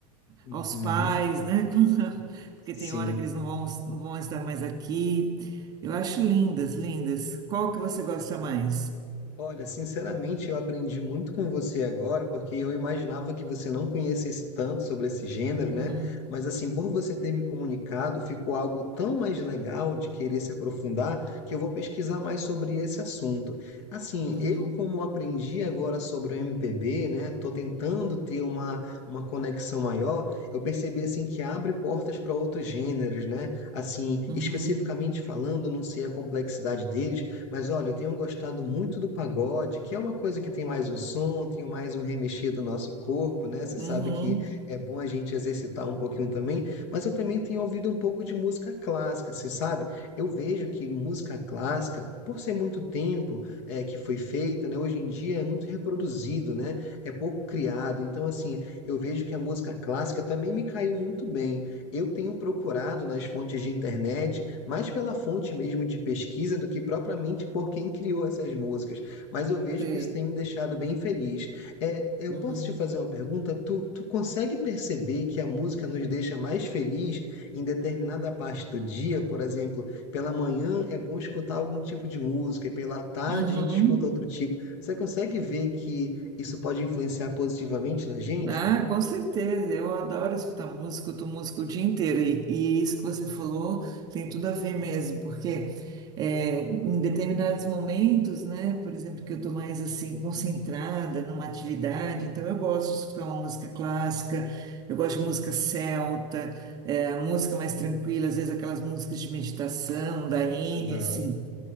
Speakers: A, on the left; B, on the right.
A: uhum,
B: aos pais, né, <laughs> quando- porque
A: sim,
B: tem hora que eles não vão, não vão estar mais aqui. Eu acho lindas, lindas. Qual que você gosta mais?
A: Olha, sinceramente, eu aprendi muito com você agora, porque eu imaginava que você não conhecesse tanto sobre esse gênero,
B: Uhum,
A: né? Mas assim, por você ter me comunicado, ficou algo tão mais legal de querer se aprofundar, que eu vou pesquisar mais sobre esse assunto. Assim,
B: uhum,
A: eu como aprendi agora sobre o MPB, né? Tô tentando ter uma, uma conexão maior, eu percebi assim que abre portas para outros gêneros, né? Assim,
B: uhum,
A: especificamente falando, não sei a complexidade deles, mas olha, eu tenho gostado muito do pagode, que é uma coisa que tem mais um som, tem mais um remexer do nosso corpo, né? Você sabe
B: uhum.
A: que é bom a gente exercitar um pouquinho também, mas eu também tenho ouvido um pouco de música clássica, você sabe? Eu vejo que música clássica, por ser muito tempo eh, que foi feita, né? Hoje em dia é muito reproduzido, né? É pouco criado. Então, assim, eu vejo que a música clássica também me caiu muito bem. Eu tenho procurado nas fontes de internet mais pela fonte mesmo de pesquisa do que propriamente por quem criou essas músicas, mas eu vejo
B: Sei.
A: que isso tem me deixado bem feliz. Eh, eu
B: Uhum.
A: posso te fazer uma pergunta? Tu tu consegue perceber que a música nos deixa mais feliz em determinada parte do dia? Por exemplo, pela manhã é bom escutar algum tipo de música e pela tarde
B: Uhum.
A: a gente escuta outro tipo. Você consegue ver que isso pode influenciar positivamente na gente?
B: Ah, com certeza. Eu adoro escutar música, escuto música o dia inteiro. E, e isso que você falou tem tudo a ver mesmo, porque é, em determinados momentos, né, por exemplo, que eu estou mais assim concentrada numa atividade, então eu gosto de escutar uma música clássica, eu gosto de música celta, é, música mais tranquila, às vezes aquelas músicas de meditação, da Enya,
A: Aham,
B: assim.